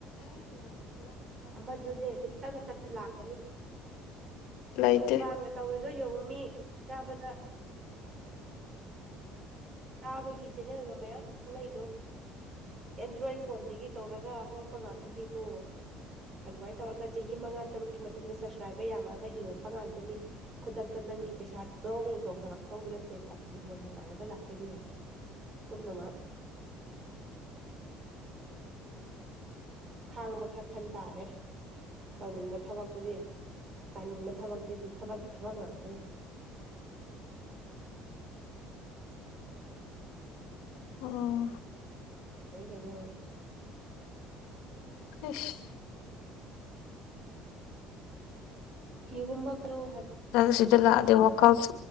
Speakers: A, on the right; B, on the left.
A: ꯑꯃꯗꯨꯅꯦ ꯑꯗꯨꯝ ꯇꯞꯅ ꯇꯞꯅ ꯂꯥꯛꯀꯅꯤ
B: ꯂꯩꯇꯦ
A: ꯃꯨꯛꯕꯥꯡꯒ ꯇꯧꯔꯤ ꯑꯗꯣ ꯌꯦꯡꯉꯣ ꯃꯤ ꯇꯥꯕꯗ ꯆꯥꯕꯒꯤ ꯆꯦꯅꯦꯜꯒ ꯃꯌꯥꯝꯗꯨ ꯊꯣꯛꯂꯛꯏꯗꯣ ꯑꯦꯟꯗ꯭ꯔꯣꯏꯠ ꯐꯣꯟꯗꯒꯤ ꯇꯧꯔꯒ ꯍꯧꯔꯛꯄ ꯉꯥꯛꯇꯅꯤꯀꯣ ꯑꯗꯨꯃꯥꯏꯅ ꯇꯧꯔꯒ ꯆꯍꯤ ꯃꯉꯥ ꯇꯔꯨꯛꯀꯤ ꯃꯇꯨꯡꯗ ꯁꯁꯀ꯭ꯔꯥꯏꯕꯔ ꯌꯥꯝꯃꯛꯑꯒ ꯍꯤꯡꯉꯛꯄ ꯉꯥꯛꯇꯅꯤ ꯈꯨꯗꯛꯇ ꯅꯪꯒꯤ ꯄꯩꯁꯥꯗꯧ ꯆꯣꯡꯊꯣꯔꯛꯆꯧꯕ ꯅꯠꯇꯦ ꯆ ꯃꯣ ꯇꯧꯔꯒ ꯂꯥꯛ ꯦ ꯀꯅ <inaudible> ꯃꯥ ꯈꯥꯡꯕ ꯈꯔ ꯈꯟ ꯇꯥꯔꯦ ꯇꯧꯅꯤꯡꯕ ꯊꯕꯛꯇꯨꯗꯤ ꯇꯥꯅꯤꯡꯕ ꯊꯕꯛꯇꯤ ꯊꯕꯛꯀꯤ ꯊꯕꯛ ꯉꯥꯛꯇꯅꯦ
B: <inaudible> ꯎꯝ
A: ꯍꯦ ꯀꯩꯅꯣ
B: ꯏꯁ
A: ꯊꯤ ꯍꯨꯝꯕ ꯀꯂꯣ ꯍꯥꯏ
B: ꯑ ꯁꯤꯗ ꯂꯥꯛꯑꯗꯤ ꯋꯥꯀꯜ